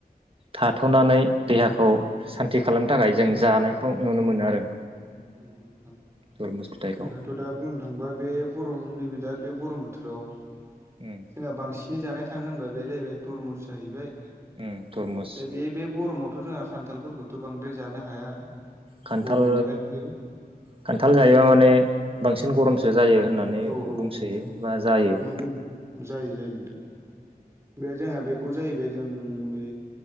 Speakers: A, on the right (about 35°); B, on the right (about 15°).
A: थाथ'नानै देहाखौ सान्ति खालामनो थाखाय जों जानायखौ नुनो मोनो आरो
B: नंगौ नोंथां
A: थरमुस फिथाइखौ
B: जोंहाथ' दा बुंनो थांबा बे गरम नैबे दा बे गरम बोथोराव
A: उम
B: जोंहा बांसिनै जानाय थाङो होनबा बे जाहैबाय तरमुस जाहैबाय ओमफ्राय
A: उम थरमुस
B: बे बे गरमावथ' जोंहा खान्थालफोरखौथ' बांद्राय जानो हाया
A: खान्थाल
B: गरम नालाय बेफोरो
A: खान्थाल जायोबा माने बांसिन गरमसो जायो होननानै
B: औ
A: नानै
B: औ
A: बुंसोयो
B: नंगौ
A: बा जायो
B: नंगौ जायो जायो नोंथां बे जोंहा बेखौ जाहैबाय जों बे